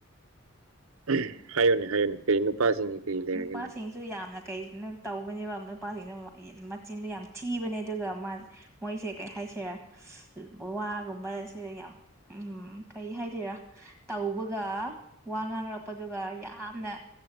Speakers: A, on the right; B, in the centre.
A: ꯎꯝ ꯍꯥꯏꯌꯨꯅꯦ ꯍꯥꯏꯌꯨꯅꯦ ꯀꯔꯤ ꯅꯨꯄꯥꯁꯤꯡꯒꯤ ꯀꯔꯤ ꯂꯩꯔꯒꯦ
B: ꯅꯨꯄꯥꯁꯤꯡ
A: ꯅꯪ
B: ꯑꯗꯨ ꯌꯥꯝꯅ ꯀꯩꯅꯣ ꯇꯧꯕꯅꯦꯕ ꯅꯨꯄꯥꯁꯤꯡꯅ ꯑꯃꯨꯛ ꯑꯩ ꯆꯤꯟꯗꯣ ꯌꯥꯝ ꯊꯤꯕꯅꯦ ꯑꯗꯨꯒ ꯃꯥ ꯃꯣꯏꯖꯦ ꯀꯩ ꯍꯥꯏꯁꯤꯔ ꯋꯥꯒꯨꯝꯕ ꯁꯤ ꯌꯥꯝ ꯎꯝ ꯀꯩ ꯍꯥꯏꯗꯣꯏꯔ ꯇꯧꯕꯒ ꯋꯥ ꯉꯥꯡꯉꯛꯄꯗꯨꯒ ꯌꯥꯝꯅ